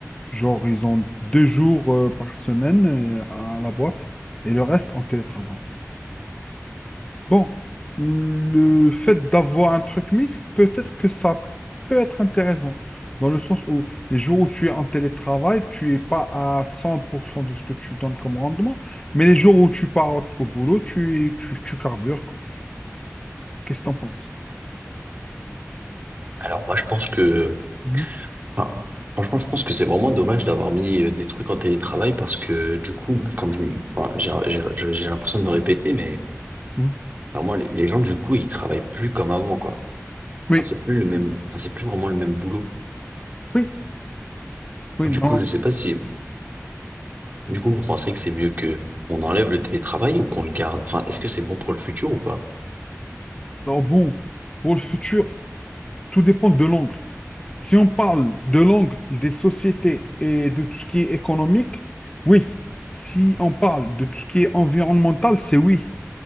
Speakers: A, on the left; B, on the right.
A: Genre, ils ont deux jours euh, par semaine euh, à la boîte et le reste en télétravail. Bon, le fait d'avoir un truc mixte, peut-être que ça peut être intéressant, dans le sens où les jours où tu es en télétravail, tu n'es pas à 100% de ce que tu donnes comme rendement, mais les jours où tu pars au, au boulot, tu, tu, tu carbures, quoi. Qu'est-ce que tu en penses?
B: Alors, moi, je pense que,
A: Mhm.
B: enfin, franchement, je pense que c'est vraiment dommage d'avoir mis euh, des trucs en télétravail parce que, du coup, ben, comme je, enfin, j'ai j'ai- j'ai l'impression de me répéter, mais
A: Mhm.
B: Alors moi, les les gens, du coup, ils travaillent plus comme avant, quoi.
A: Oui,
B: Enfin, c'est plus le même, enfin, c'est plus vraiment le même boulot.
A: oui, oui,
B: Du
A: non,
B: coup, je sais pas si, du coup, vous pensez que c'est mieux que on enlève le télétravail ou qu'on le garde. Enfin, est-ce que c'est bon pour le futur ou pas?
A: non, bon, pour le futur, Tout dépend de l'angle. Si on parle de l'angle des sociétés et de tout ce qui est économique, oui. Si on parle de tout ce qui est environnemental, c'est oui.